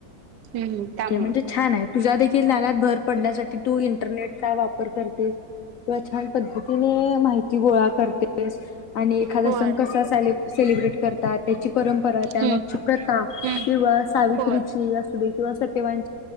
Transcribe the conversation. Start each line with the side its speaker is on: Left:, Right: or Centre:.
Right: हम्म हम्म त्यामुळं
Left: े म्हणजे छान आहे तुझा देखील नाण्यातत भर पडण्यासाठी तू इं इरनेट चा वापर करते किंवा छान पद्धतीने माहिती गो कर आणि एखाद
Right: होय
Left: कसा सेलिब्रेट करतात परंपरा त्यामागची
Right: हम्म
Left: प्रथा
Right: हम्म
Left: किंवा सावित्रीची
Right: होय
Left: अस दे किंवा